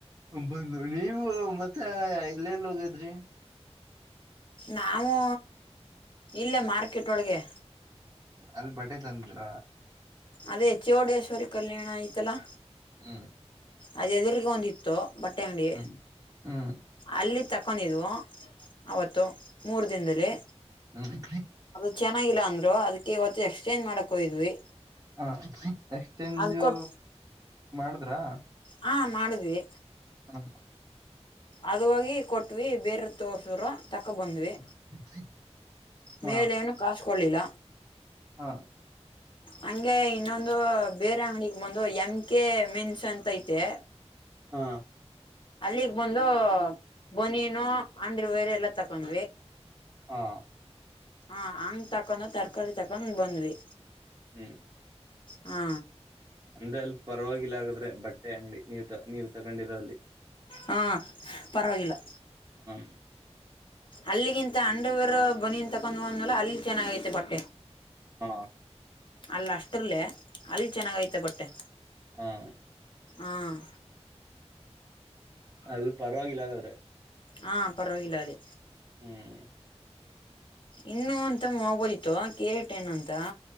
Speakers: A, on the right; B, on the left.
A: ಬ ನೀವು ಮತ್ತೆ ಎಲ್ಲೆಲ್ಲಿ ಹೋಗದ್ರಿ
B: ನಾವು ಇಲ್ಲೇ ಮಾರ್ಕೆಟ್ ಒಳಗೆ
A: ಅಲ್ಲಿ ಬಟ್ಟೆ ತಂದ್ರ
B: ಅದೇ ಚೌಡೇಶ್ವರಿ ಕಲ್ಯಾಣ ಆಯ್ತಲ್ಲಾ
A: ಹ್ಮ್
B: ಅದ ಎದುರಿಗೆ ಒಂದಿತ್ತು ಬಟ್ಟೆ ಅಂಗಡಿ
A: ಹ್ಮ್ ಹ್ಮ್
B: ಅಲ್ಲಿ ತಕೊಂಡಿದ್ವು ಅವತ್ತು ಮೂರು ದಿನದಲ್ಲಿ
A: ಹ್ಮ
B: ಅದು ಚೆನ್ನಾಗಿಲ್ಲ ಅಂದ್ರು ಅದಕ್ಕೆ ಇವತ್ತು ಎಕ್ಸ್ ಚೇಂಜ್ ಮಾಡಕ ಹೋಗಿದ್ವಿ
A: ಹಾ ಎಕ್ಸ್ ಚೇಂಜು
B: ಅದ್ ಕೊಟ್ಟ
A: ಮಾಡಿದ್ರಾ
B: ಹಾ ಮಾಡುದ್ವಿ
A: ಹ್ಮ್
B: ಅದೋಗಿ ಕೊಟ್ವಿ ಬೇರೆ ತೋಸರು ತಕೋಬಂದ್ವಿ
A: <inaudible> ಹಾ
B: ಮೇಲೆ ಏನು ಕಾಸ್ ಕೊಳ್ಳಲಿಲ್ಲ
A: ಹಾ
B: ಹಂಗೆ ಇನ್ನೊಂದು ಬೇರೆ ಅಂಗಡಿಗೆ ಬಂದು ಎಮ ಕೆ ಮೆನ್ಸ್ ಅಂತ ಐತೆ
A: ಹಾ
B: ಅಲ್ಲಿಗ್ ಬಂದು ಬನಿ ಬನಿಯನ್ ಆಂಡ್ರ ವೇರೆ ಎಲ್ಲಾ ತಗೊಂದ್ವಿ
A: ಹಾ
B: ಹಾ ಹಂಗ ತಕೊಂಡ ತರಕಾರಿ ತಕೊಂಡ ಬಂದ್ವಿ
A: ಹ
B: ಹಾ
A: ಅಂದ್ರೆ ಅಲ್ಲಿ ಪರವಾಗಿಲ್ಲ ಆಗದ್ರೆ ಬಟ್ಟೆ ಅಂಗಡಿ ನೀವ್ ತ ನೀವ್ ತಗೊಂಡಿರ ಅಲ್ಲಿ
B: ಹಾಂ ಪರವಾಗಿಲ್ಲಾ
A: ಹ್ಮ್
B: ಅಲ್ಲಿಗಿಂತ ಅಂಡ್ರವೇರ್ ಬನಿನ್ ತಕೊಂಡ್ ಹೋದ್ನಲ್ಲ ಅಲ್ಲಿ ಚೆನ್ನಾಗ್ ಐತೆ ಬಟ್ಟೆ
A: ಹಾಂ
B: ಅಲ್ ಅಷ್ಟರ್ಲೆ ಅಲ್ಲಿ ಚೆನ್ನಾಗ ಐತೆ ಬಟ್ಟೆ
A: ಹ್ಮ್
B: ಅಂ
A: ಅಲ್ ಪರವಾಗಿಲ್ಲ ಹಾಗಾದ್ರೆ
B: ಹಾ ಪರ್ವಾಗಿಲ್ಲ ಅಲ್ಲಿ
A: ಹ್ಮ್
B: ಇನ್ನು ಅಂತ ಆಗ್ಬೋದಿತ್ತು ಕೇಟೇನ್ ಅಂತ